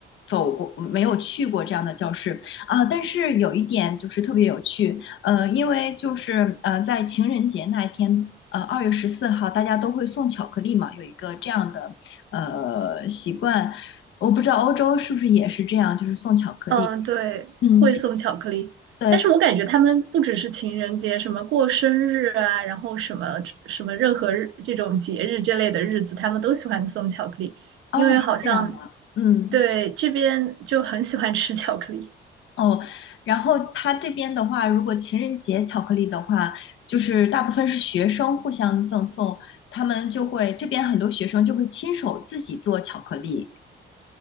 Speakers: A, on the left (about 75°); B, on the right (about 80°).
A: 走过，没有去过这样的教室啊。但是有一点就是特别有趣，呃，因为就是呃，在情人节那一天，呃，二月十四号，大家都会送巧克力嘛，有一个这样的呃习惯，我不知道欧洲是不是也是这样，就是送巧克力。
B: 嗯，对，
A: 嗯，
B: 会送巧克力，
A: 对，
B: 但是我感觉他们不只是情人节，什么过生日啊，然后什么什么任何日这种节日这类的日子，他们都喜欢送巧克力，
A: 哦，
B: 因为好像
A: 是这样吗？嗯。
B: 对这边就很喜欢吃巧克力。
A: 哦，然后他这边的话，如果情人节巧克力的话，就是大部分是学生互相赠送，他们就会，这边很多学生就会亲手自己做巧克力。